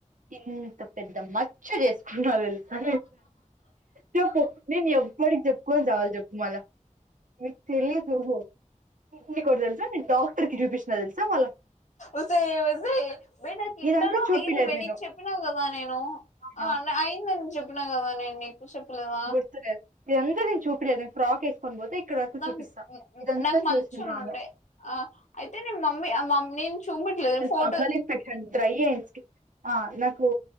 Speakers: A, on the right; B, on the left.
A: ఇంత పెద్ద మచ్చ చేసుకున్నా తెలుసా చెప్పు నేను ఎప్పటికి చెప్పుకోని చవాాల చెప్పు వివళ మీ తెలిదు కాదు నీ ఒకటి తెలుసా నేను డాక్టర్కి చూపిచ్చిన తెలుసా మళ
B: ఉస యే ఉజయ బయ నాకు ఇంటలో
A: ఇదంతా చూపిలేదు
B: అయిదు బకి
A: నేను
B: చెప్పినా కదా నేను
A: అవునా
B: అయిందని చెప్ చెిప్పిన కదా నేను నీకు చెప్పలేదా
A: గుర్తులేదు. మీ అందర్కి చూపిడి అద ఫ్రాక్ ఎసుకోని పోతే ఇక్కడ వరకు
B: నాకు
A: చూపిస్తా ఇదంతా
B: నాకు మచ్చ
A: చూసింది ఆమె
B: ఉండే ఆ అయితే నేను మమ్మీ మ నేను చూపట్లేదు ఫోటో
A: సంగలి పెట్టండి ట్రై చేయి ఆ నాకు